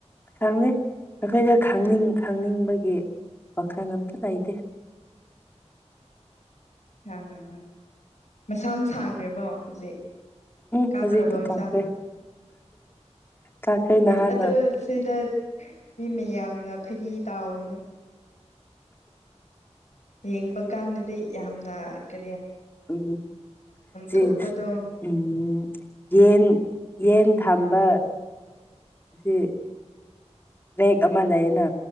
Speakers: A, on the left; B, on the left.
A: ꯈꯪꯅꯤ ꯑꯩꯈꯣꯏꯗ ꯈꯪꯅꯤꯡ ꯈꯪꯅꯤꯡꯕꯒꯤ ꯄꯈ꯭ꯔ ꯅꯇꯗ ꯑꯥꯏꯗ
B: ꯁꯥꯡꯉ ꯃꯁꯥ ꯑꯃ ꯁꯥꯡꯉꯦꯕꯣ ꯍꯧꯖꯤꯛ
A: ꯎꯝ
B: ꯀꯥꯈ꯭ꯔꯕ
A: ꯍꯧꯖꯤꯛꯇꯤ ꯀꯥꯈ꯭ꯔꯦ
B: ꯁꯥ
A: ꯀꯥꯈ꯭ꯔꯦ ꯅꯍꯥꯟꯅ
B: ꯑꯗꯨ ꯁꯤꯗ ꯃꯤ ꯃꯤ ꯌꯥꯝꯅ ꯐꯥꯒꯤ ꯇꯥꯎꯕꯅꯦ ꯌꯦꯡꯕ ꯀꯥꯟꯗꯗꯤ ꯌꯥꯝꯅ ꯀ
A: ꯎꯝ ꯁꯤ
B: ꯊꯣꯛꯄꯗꯣ
A: ꯎꯝ ꯌꯦꯟ ꯌꯦꯟ ꯊꯝꯕ ꯑꯁꯤ ꯔꯦꯛ ꯑꯃ ꯂꯩꯩꯅ